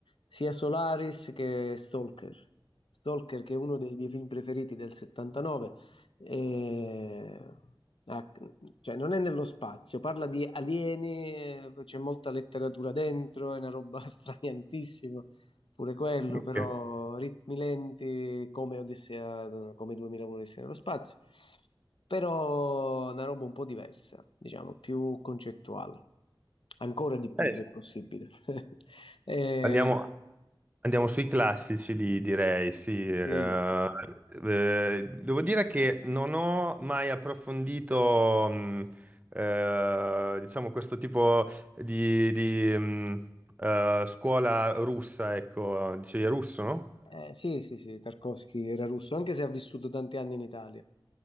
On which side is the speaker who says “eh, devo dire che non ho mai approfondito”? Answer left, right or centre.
Right